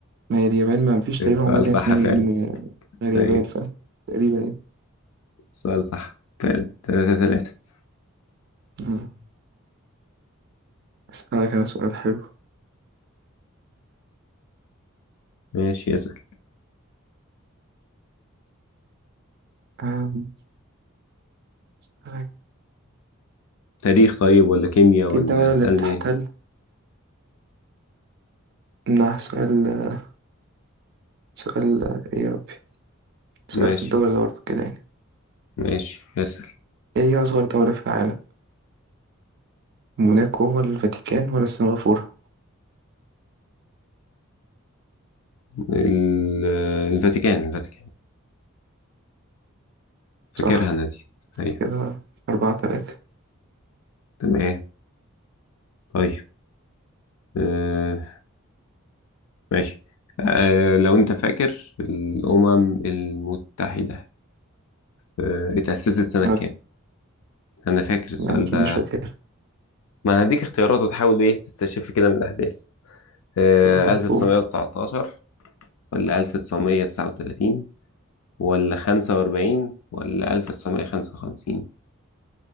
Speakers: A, on the right (about 50°); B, on the left (about 75°).
A: ما هي اليابان ما فيش
B: السؤال
A: تقريبًا عملة تانية
B: صح
A: اسمها
B: فعلا
A: ين غير يابان
B: طيب
A: ف تقريبًا يعني،
B: السؤال صح فعلا ثلاثة ثلاثة
A: إمم، أسألك أنا سؤال حلو
B: ماشي اسأل
A: آمم، أسألك
B: تاريخ طيب ولا كيمياء ولا
A: ايه الدولة
B: هتسألني
A: اللي بتحتل
B: ايه؟
A: منها سؤال سؤال ايه يا ربي سؤال
B: ماشي
A: في الدول اللي برضه كده يعني
B: ماشي اسأل
A: ايه هي أصغر دولة في العالم موناكو ولا الفاتيكان ولا سنغافورة
B: ال- آه، الفاتيكان الفاتيكان فاكرها
A: صح
B: انا دي ايوه
A: كده أربعة تلاتة
B: تمام طيب آه، ماشي آه لو انت فاكر الامم المتحده آه اتاسست سنه
A: مال
B: كام انا فاكر السؤال
A: أنا أكيد
B: ده
A: مش فاكر
B: ما هديك اختيارات وتحاول ايه تستشف كده من الاحداث آه
A: طب أقول
B: 1919 ولا 1939 ولا 45 ولا 1955